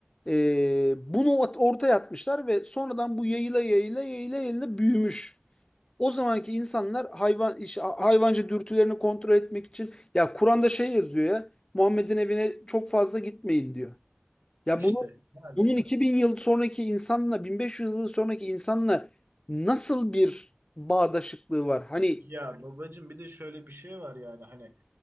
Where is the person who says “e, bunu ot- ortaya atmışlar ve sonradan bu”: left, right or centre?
Left